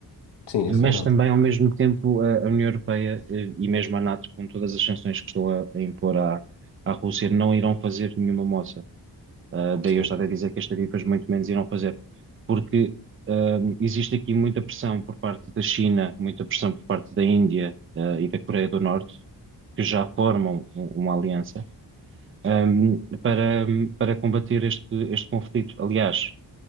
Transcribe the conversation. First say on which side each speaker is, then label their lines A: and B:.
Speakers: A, on the left; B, on the right.
A: sim,
B: mas
A: isso é neutro.
B: também, ao mesmo tempo, a, a União Europeia eh, e mesmo a NATO, com todas as sanções que estão a, a impor à, à Rússia, não irão fazer nenhuma moça. Ah, daí
A: Sim,
B: eu estava a dizer que as tarifas muito menos irão fazer, porque ah, existe aqui muita pressão por parte da China, muita pressão por parte da Índia, ah, e da Coreia do Norte, que já formam um- uma aliança, ahm, para, para combater este, este conflito. Aliás,